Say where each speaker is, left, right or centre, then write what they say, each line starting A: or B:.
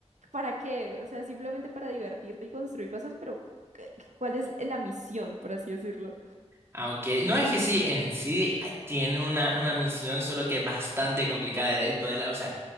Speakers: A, on the right; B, on the right.
A: ¿para qué? O sea, simplemente para divertirte y construir cosas, pero ¿qué- qué- ¿cuál es la misión, por así decirlo?
B: Ah, ok. No es que sí, en sí ah, tiene una, una misión, solo que es bastante complicada el el poderla, o sea,